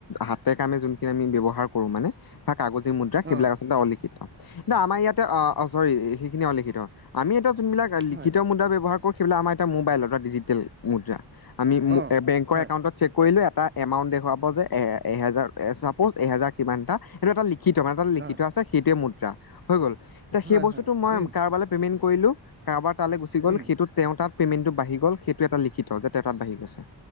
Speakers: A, on the left (about 55°); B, on the right (about 25°).
A: হাতে কামে যোনখিনি আমি ব্যৱহাৰ কৰো মানে বা কাগজী মুদ্ৰা সেইবিলাক
B: অঁ
A: আচলতে অলি- কিন্তু আমাৰ ইয়াতে অঁ অ চৰি সেইখিনি অলিখিত আমি এটা যোনবিলাক লিখিত
B: হয়
A: মুদ্ৰা ব্যৱহাৰ- কৰো সেইবিলাক আমাৰ এতিয়া মবাইল অৰথাৎ ডিজিটেল মুদ্ৰা আমি
B: অঁ
A: বেংকৰ
B: হয়
A: একাউণ্টত- চেক কৰিলো এটা এমাউট দেখুৱাব যে এ এহেজাৰ চাপৌচ এহেজাৰ কিমানটা। সেইটো এটা লিখিত মানে এটা লিখিত
B: অঁ
A: আছে সেইটোৱে মুদ্ৰা হৈ গ'ল এতিয়া
B: হয়
A: সেই বস্তুটো
B: হয়
A: মই
B: উম,
A: কাৰোবালে- পেমেণ্ট কৰিলো কাৰোবাৰ তালে গুছি গ'ল
B: উম,
A: সেইটোত- তেওঁ তাত পেমেণ্টটো বাঢ়ি গ'ল সেইটো এটা লিখিত যে তেওঁ তাত বাঢ়ি গৈছে